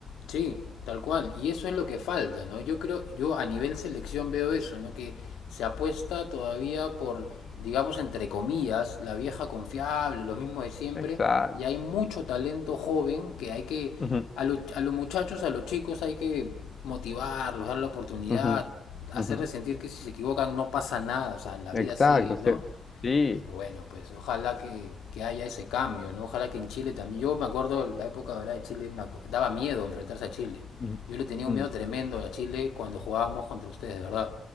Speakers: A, on the left; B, on the left.
A: Sí, tal cual. Y eso es lo que falta, ¿no? Yo creo, yo a nivel selección veo eso, ¿no? Que se apuesta todavía por, digamos, entre comillas, la vieja confiable, lo mismo de siempre.
B: Exacto.
A: Y hay mucho talento joven que hay que,
B: Ujú,
A: a, lo- a los muchachos, a los chicos hay que motivarlos, dar la oportunidad,
B: ujú,
A: hacerles
B: ujú.
A: sentir que si se equivocan no pasa nada, o sea, la
B: Exacto,
A: vida sigue,
B: sí.
A: ¿no?
B: Sí.
A: Pero bueno, pues ojalá que, que haya ese cambio, ¿no? Ojalá que en Chile también. Yo me acuerdo la época ¿verdad? de Chile, una co- daba miedo enfrentarse a Chile.
B: Ujú,
A: Yo le tenía
B: mm,
A: un miedo tremendo a Chile cuando jugábamos contra ustedes, de verdad.